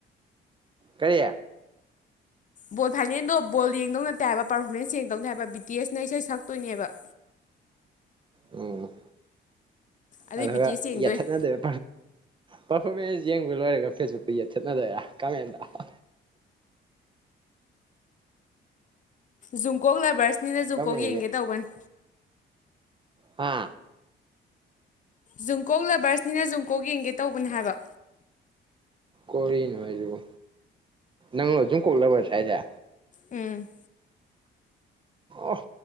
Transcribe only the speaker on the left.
ꯕꯣꯜ ꯐꯥꯏꯅꯦꯜꯗꯣ ꯕꯣꯜ ꯌꯦꯡꯗꯧ ꯅꯠꯇꯦ ꯍꯥꯏꯕ ꯄꯥꯔꯐꯣꯔꯃꯦꯟꯁ ꯌꯦꯡꯗꯧꯅꯤ ꯍꯥꯏꯕ ꯕꯤꯇꯤꯑꯦꯁꯅ ꯏꯁꯩ ꯁꯛꯇꯣꯏꯅꯦꯕ
ꯑꯗꯨꯏ
ꯕꯤ ꯇꯤ ꯑꯦꯁ ꯌꯦꯡꯗꯣꯏꯅꯦ
ꯖꯨꯡꯀꯣꯛ ꯑꯥꯕꯔꯁꯅꯤꯅ ꯖꯨꯡꯀꯣꯛ
ꯌꯦꯡꯒꯦ ꯇꯧꯕꯅꯤ
ꯖꯨꯡꯀꯣꯛ ꯂꯕꯔꯁꯅꯤꯅ ꯖꯨꯡꯀꯣꯛ ꯌꯦꯡꯒꯦ ꯇꯧꯕꯅꯤ ꯍꯥꯏꯕ
ꯎꯝ